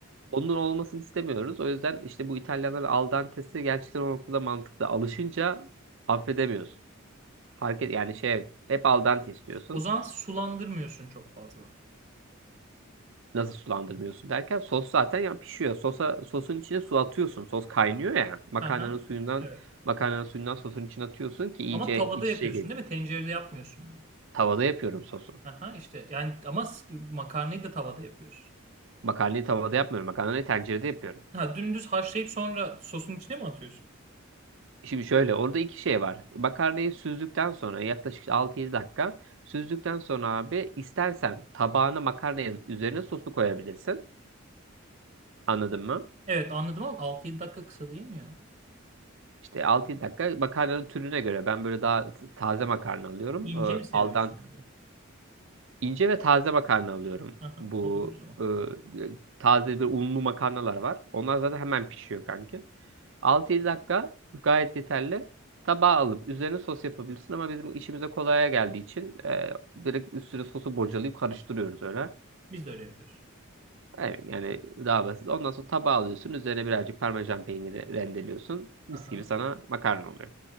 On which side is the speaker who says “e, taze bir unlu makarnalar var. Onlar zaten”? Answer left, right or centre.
Right